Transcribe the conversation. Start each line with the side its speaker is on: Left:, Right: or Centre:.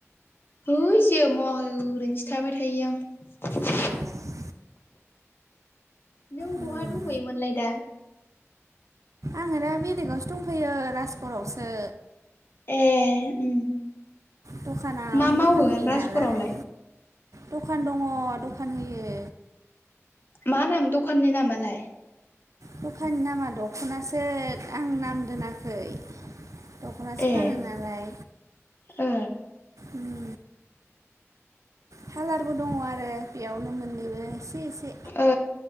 Left: है जेबो मावाखै ओरैनोसो थाबाय थायो आं
Right: ए
Left: नों
Right: उम
Left: बहा दंहैयोमोनलाय दा?
Right: आङो दा बेलेगावसो दंफैयो राजपरावसो
Left: ए उम
Right: दखाना
Left: मा
Right: आं
Left: मावो
Right: दखान होयो
Left: राजघरावलाय
Right: नालाय दखान दङ' दखान होयो।
Left: मा नाम दखाननि नामालाय?
Right: दखाननि नामा दख'नासो आं नाम दोनाखै। दख'नासो
Left: ए
Right: फानो नालाय
Left: ओ
Right: उम फालारबो दङ' आरो बेयावनो मोननैबो एसे एसे
Left: ओ